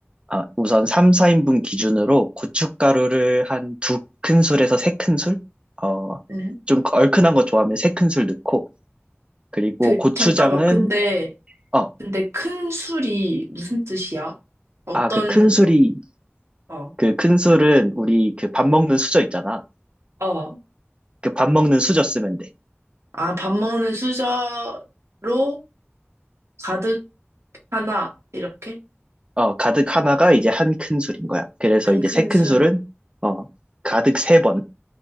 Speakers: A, on the right; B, on the right.
A: 아, 우선 3, 4인분 기준으로 고춧가루를 한 두 큰술에서 세 큰술? 어,
B: 응?
A: 좀 얼큰한 거 좋아하면 세 큰술 넣고, 그리고
B: 그,
A: 고추장은,
B: 잠깐만. 근데,
A: 어,
B: 근데 큰 술이 무슨 뜻이야? 어떤,
A: 아, 그 큰술이,
B: 어,
A: 그 큰술은 우리 그 밥 먹는 수저 있잖아.
B: 어.
A: 그 밥 먹는 수저 쓰면 돼.
B: 아, 밥 먹는 수저로 가득 하나, 이렇게?
A: 어, 가득 하나가 이제 한 큰술인 거야. 그래서
B: 한
A: 이제
B: 큰
A: 세 큰술은,
B: 술.
A: 어, 가득 세 번.